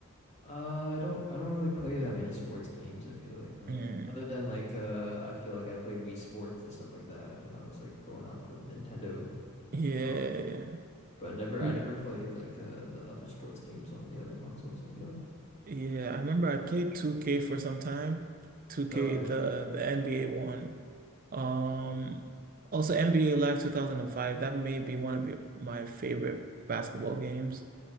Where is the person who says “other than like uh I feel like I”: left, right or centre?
Left